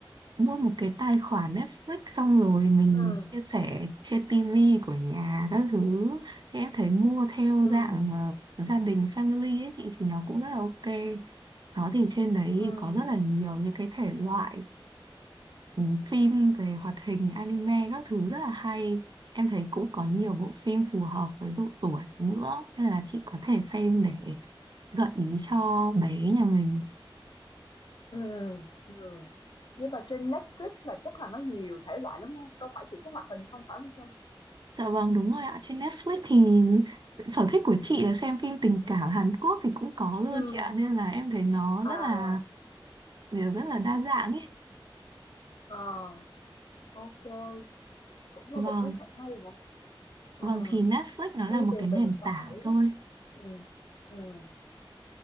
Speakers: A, on the right (about 55°); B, on the left (about 55°).
A: mua một cái tài khoản Netflix xong rồi mình
B: Ừm,
A: chia sẻ trên TV của nhà các thứ thì em thấy mua theo
B: ừm,
A: dạng ờ, gia đình family ấy chị thì nó cũng rất là ok đó thì trên đấy
B: ừm,
A: thì có rất là nhiều những cái thể loại ừ, phim về hoạt hình anime các thứ rất là hay em thấy cũng có nhiều bộ phim phù hợp với độ tuổi nữa nên là chị có thể xem để gợi ý cho bé nhà mình
B: ừm, ừm. Nhưng mà trên Netflix là chắc là nó nhiều thể loại lắm hông? Đâu phải chỉ có hoạt hình không phải không Trang?
A: Dạ vâng đúng rồi ạ Trên Netflix thì sở thích của chị là xem phim tình cảm Hàn Quốc thì cũng có luôn
B: Ừm.
A: chị ạ Nên là em thấy nó
B: À,
A: rất là kiểu rất là đa dạng ấy
B: à, ok. cũng là
A: Vâng,
B: một cái hay hay nhỉ? Ừm.
A: vâng thì Netflix nó là
B: Thay
A: một
B: vì
A: cái nền
B: mình phải
A: tảng thôi
B: ừm, ừm,